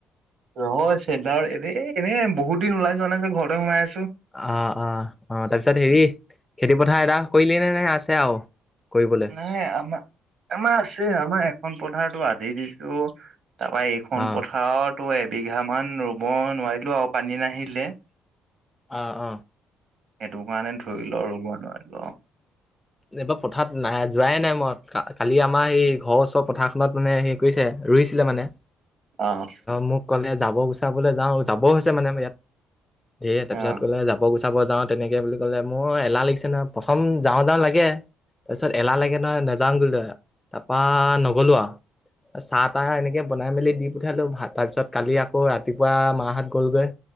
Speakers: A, on the right; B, on the left.
A: ৰহয়, চেণ্টাৰত এনে এনেই বহুত দিন ওলাই যোৱা নাই যে ঘৰতে সোমাই আছো।
B: অ', অ, অ, তাৰপিছত
A: সেইটো
B: হেৰি খেতি পথাৰ এটা কৰিলি নে নে আছে আৰু কৰিবলৈ
A: ন আমাৰ আমাৰ আছে আমাৰ এখন পথাৰতো আধি দিছো তাৰপা এখন
B: অ
A: পথাৰতো এবিঘা মান ৰুব নোৱাৰিলো আৰু পানী নাহিলে সেইটো
B: অ অ
A: কাৰণে ধৰি লোৱা ৰব নোৱাৰিলোঁ।
B: এইবা পথাৰত নাই আজি যোৱাইে নাই মই কালি আমাৰ সেই ঘৰৰ ওচৰ পথাৰখনত মানে হে কৰিছে ৰুইছিলে মানে।
A: অ',
B: মোক ক'লে যাব গুচাবলৈ যাওঁ যাবও হৈছে মানে ইয়াত এ তাৰিছত
A: অ',
B: ক'লে যাব গৈছে। চাব যাওঁ তেনেকে বুলি ক'লে মোৰ এলাহ লাগিছে নহয় প্ৰথম যাওঁ, যাওঁ লাগে। তাৰপিছত এলাহ লাগে নহয় নেযাম বুলি তাৰপা নগলো আৰু। চাহ তাহ এনেকে বনাই মেলি দি পঠালো তাৰ পিছত কালি আকৌ ৰাতিপুৱা মা হত গ'লগৈ।